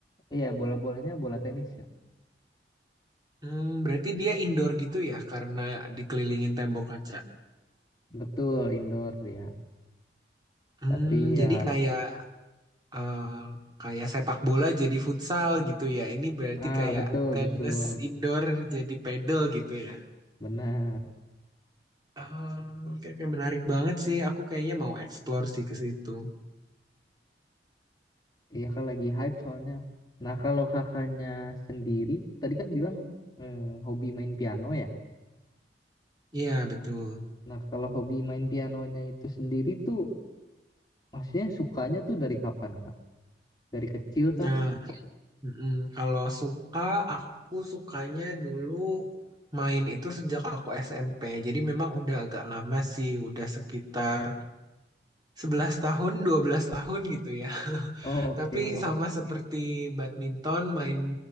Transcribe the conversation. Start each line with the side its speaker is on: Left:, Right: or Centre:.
Left: Iya, bola-bolanya bola tenis ya.
Right: Hmm, berarti dia indoor gitu ya karena dikelilingin tembok kaca.
Left: Betul, indoor dia.
Right: Hmm,
Left: Tapi
Right: jadi
Left: ya,
Right: kayak eh, kayak sepak bola jadi futsal gitu ya. Ini berarti
Left: ah
Right: kayak
Left: betul,
Right: tenis
Left: betul,
Right: indoor jadi pedal gitu ya.
Left: benar.
Right: Ah, oke, oke, menarik banget sih. Aku kayaknya mau explore sih ke situ.
Left: Iya kan lagi hype soalnya. Nah kalau kakaknya sendiri, tadi kan bilang eh, hobi main piano ya.
Right: Iya, betul.
Left: Nah kalau hobi main pianonya itu sendiri tuh, maksudnya sukanya tuh dari kapan kak? Dari kecil kak
Right: Nah, Mm-mm. Kalau suka, aku sukanya dulu main itu sejak aku SMP. Jadi memang udah agak lama sih, udah sekitar 11 tahun, 12 tahun gitu ya. <laughs>
Left: Oh oke,
Right: Tapi Oh, sama oke. seperti badminton, main